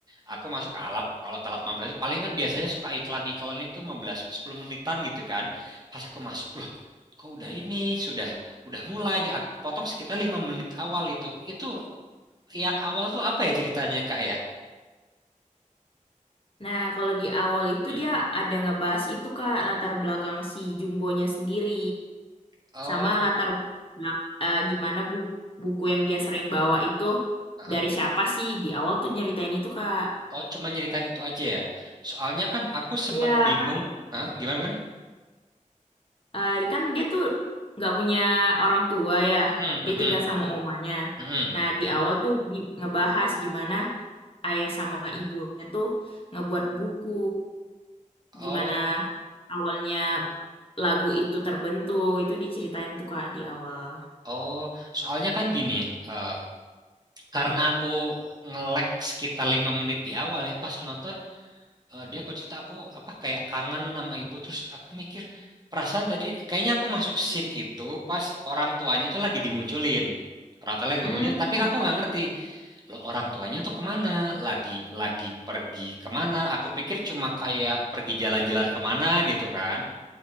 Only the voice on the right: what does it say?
Aku masuk alap kalau telat 15, palingan biasanya suka iklan-iklan itu 15 10 menitan gitu kan. Pas aku masuk loh, kok udah ini sudah udah mulai. Aku kepotong sekitar lima menit awal itu. Itu yang awal tuh apa ya ceritanya Kak ya?
Hmm?
Oh,
ah.
Oh, cuma nyeritain itu aja ya. Soalnya kan aku sempat
bingung.
Hah? Gimana?
Hmm, hmm,
hmm,
hmm.
Oh,
oh, soalnya kan gini, eh, karena aku nge-lag sekitar lima menit di awal ya pas nonton, eh, dia kok cerita aku apa kayak kangen sama ibu, terus aku mikir perasaan tadi kayaknya aku masuk scene itu pas orang tuanya tuh lagi dimunculin, orang tuanya lagi
dimunculin, tapi aku nggak ngerti loh orang tuanya tuh kemana, lagi lagi pergi kemana? Aku pikir cuma kayak pergi jalan-jalan kemana gitu kan.